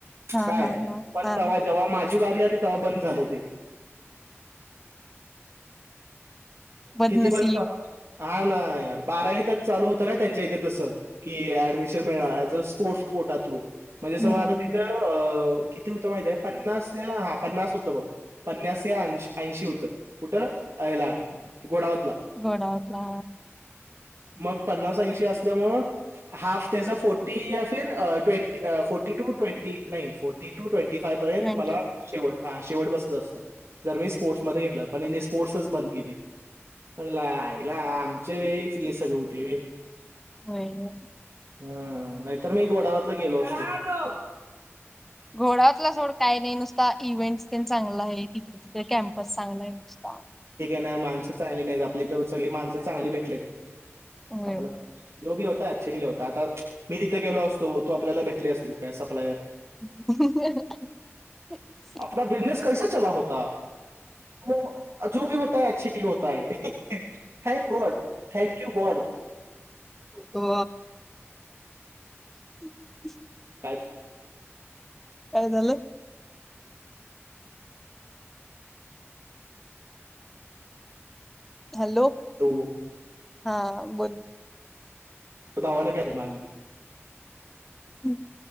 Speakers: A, in the centre; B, on the right (about 65°).
A: हा
B: काय
A: हा हा
B: पण
A: हा
B: तेवा जेव्हा माझी बारीक आली ते बंद झाले ते
A: बदनसीब
B: <unintelligible> किती पण चाल हा ना यार बारावी तक चालू होतं काय? त्यांच्या इथं तसं ऍडमिशन मिळणार as a sport quota through म्हणजे असं
A: हम्म
B: माझं तिथं अं किती होतं माहिती आहे पन्नास हा पन्नास होतं बघ पन्नास या ऐंशी होतं. कुठं याला घोडावत
A: घोडावतला
B: मग पन्नास ऐंशी असल्यामुळ हाफ त्याचा फोर्टी फिर ट्वेन्टी फोर्टी टू ट्वेंटी नाही फोर्टी टू ट्वंटिफाय पर्यंत
A: ट्वेंटी
B: मला
A: फाय
B: शेवटा हा शेवट बसलं असत जर मी स्पोर्ट्स मध्ये घेतलं, पण यांनी स्पोर्टसच बंद केली. म्हणलं आयला आमच्या वेळीच हे सगळ होतंय होय.
A: नाही हो
B: हा नाहीतर मी घोडावतला गेलो असतो.
A: घोडावतला सोड काय नाही नुसता इव्हेंट चांगला आहे तिकडे कॅम्पस चांगला आहे नुसता
B: नाही माणसं चांगली नाहीत आपल्याइथ सगळी माणसं चांगली भेटलेत
A: होय
B: संपल जो भी होताय. शिकले होता आता मी तिथं गेलो असतो तो आपल्याला भेटली असती काय सप्लायर
A: <inaudible>
B: आपला बिझनेस कैसा चला होता हो जो भी होताय अच्छे के लिये होता है. Thank God thank you God
A: तो <unintelligible>
B: काय
A: कायदल हॅलो
B: हो
A: हा बोलोल
B: भावाना काय माग ना
A: हम्